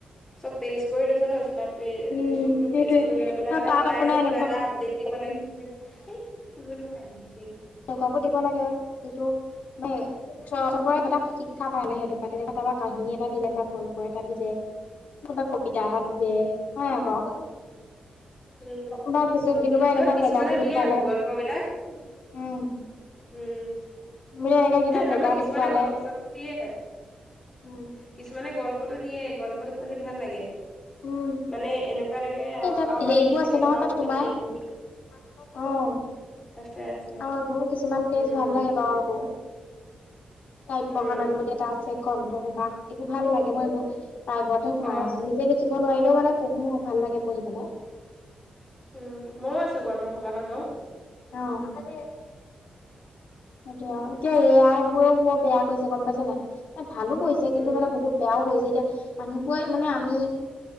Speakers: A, on the left; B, on the left.
A: চব পেষ্ট কৰি লৈছ ন কিবা
B: উম,
A: ফেচবুক
B: সেইটোৱে
A: পেজ কৰি লৈ পেলাই
B: ন
A: মানে
B: তাত
A: সদায়
B: আপোনাৰ
A: যে
B: এনেকুৱা
A: কিবা এটা আপডেট দিব লাগিছিল কি <unintelligible>
B: তেনেকো বোৰ দিব লাগে যিটো মানে চবৰে এটা শিক্ষা পায় নাই সেইটোৰপ তেনেকুৱা তাৰ <unintelligible> কাহিনী এটা দিলে বা গল্প এটা দিলে, কবা কবিতা এ দিলে, হয় আউ বাৰু।
A: উ'-উম',
B: বা কিছু কোনোবা এনেকুৱা
A: আৰু কিছুমানে
B: জেগাবোৰ দেখুৱালে
A: দিয়ে আকৌ গল্প বিলাক।
B: উম,
A: উম',
B: বোলে এনেকে কিবা জেগা
A: নহয় কিছুমানে
B: দেখুৱালে
A: গল্প-চল্প দিয়েহে।
B: উম,
A: কিছুমানে গল্পতটো দিয়ে, গল্পতো পঢ়ি ভাল লাগে।
B: উম,
A: মানে এনেকুৱা লাগে
B: এই তাত
A: আৰু
B: হেৰিবোৰ
A: মানে ই ছেকেণ্ড
B: আছে নহয়
A: পাৰ্টটো
B: তাত সোমাই।
A: কেতিয়া দিব
B: অ'।
A: আছে আছে
B: অ', এইবোৰু কিছুমান পেজ
A: উম
B: ভাল লাগে বাৰু এইবোৰ। কাব্যয়কানন
A: উম
B: বুলি এটা আছে গ্ৰন্থ সবাস এইবোৰ ভাল লাগে মই এইবোৰ প্ৰাইবতে সোমাই
A: অ
B: আছো নিজে লিখিব নোৱাৰিলেও মানে পঢ়ো ভাল লাগে পঢ়ি পেলাই।
A: উম', মইও আছো গ্ৰন্থসবাহত বাৰু।
B: অ'। সেইটোয় আৰু। এতিয়া এ আই বোৰও বৰ বেয়া কৰিছে গম পাইছে নাই? ভালো কৰিছে। কিন্তু
A: উম
B: মানে বহুত বেয়াও কৰিছে। এতিয়া মানুহবোৰে মানে আমি